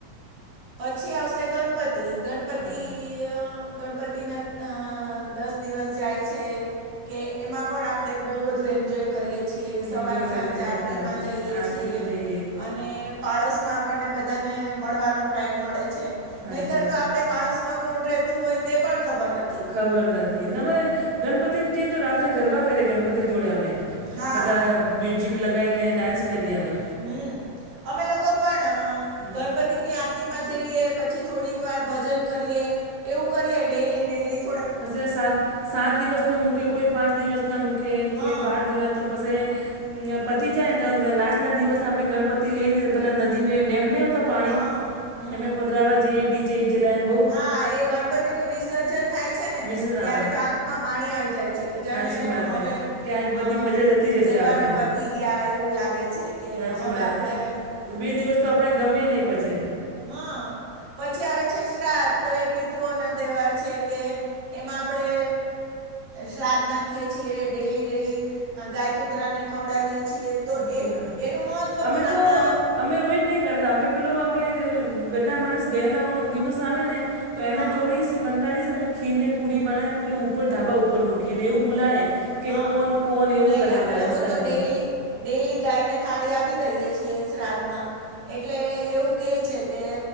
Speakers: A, on the right; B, on the right.
A: પછી આવશે ગણપતિ, ગણપતિ
B: હા
A: અ પતિના દસ દિવસ જાય છે કે એમાં પણ આપણે બહુ બધું એન્જોય કરીએ છીએ સવાર
B: એન્જોય કરે
A: સાંજ
B: છે મજા
A: આરતીમાં
B: આવે
A: જઈએ
B: આરતીમાં
A: છીએ
B: જઈએ
A: અને ને પાડોશમાં આપણને બધાને મળવાનો ટાઈમ મળે છે
B: સાચી
A: નહીતર
B: વાત
A: તો આપડે પડોશમાં કોણ રહેતું હોય તેપણ ખબર ન
B: ખબર નથી ન મેં ગણપતિમ જઈન તો રાત્રે ગરબા કરે ગણપતિ જોડે અમે.
A: હા
B: બધા મ્યુઝિક લગાઈને ડાન્સ કરી આવે.
A: હમ્મ અમે લોકો પણ અહ
B: હમ
A: ગણપતિની આરતીમાં જઈએ પછી થોડીક વાર ભજન કરીએ એવું કરીએ ડેઇલી ડેઇલી.
B: પસે સાત સાત દિવસ નું મૂકે કોઈ પાંચ દિવસ ના મૂકે
A: હા
B: કોઈ બાર દિવસ તો પસે અમ્મ પતી જાયને તો લાસ્ટના દિવસ આપણે ગણપતિ લઈને પેલા નદીમેં ડેમ નહીં હોતો પાણી
A: હા હમ
B: એમે પધારવા જઈએ ડીજે ઇજે લઈન
A: હા, એ ગણપતિનું વિસર્જન થાય છે ને
B: વિશે
A: ત્યારે
B: હા
A: તો આંખમાં પાણી આવી જાય છે કે જેણે
B: સાચી વાત
A: હવે
B: છે કે આજ બધી
A: અહ
B: મજા જતી રહેશે
A: તહેવારો
B: આપણે
A: પત તી ગયા એવું લાગે છે કે
B: સાચી
A: હવે
B: વાત
A: આપડે
B: છે. તો બે દિવસ તો આપડે ગમેય નહી પછે.
A: હા, પછી આવે છે રાત તો એ પિતૃઓના તહેવાર છેકે એમાં આપડે શ્રાદ્ધ નાખીએ છીએ ડેઈલી-ડેઈલી ગાય, કૂતરાને ખવડાવીએ છીએ. તો
B: સાચી
A: એ
B: વાત.
A: એનું મહત્ત્વ
B: અમે
A: પણ
B: તો
A: આપડા
B: અમે રોયજ નહી કરતા અમે પેલો આપડે ગદ્દા માણસ ગયેલા હોનો દિવસ આવે ને તો એના
A: હા
B: જોડીસ વંદાડીશ અમે ખીર ને પૂડી બનાવીને પેલુ ઉપર ઢાબા ઉપર મૂકી ને એવું બૂલાય કે
A: હા
B: કોન કોન એવું
A: નહીં
B: કરે અમે રાજસ્થાની
A: લોકો તો ડેઈલી
B: લો
A: ડેઈલી ગાયને થાળી આપી દઈએ છીએ શ્રાદ્ધમાં એટલે એવું કેય છે કે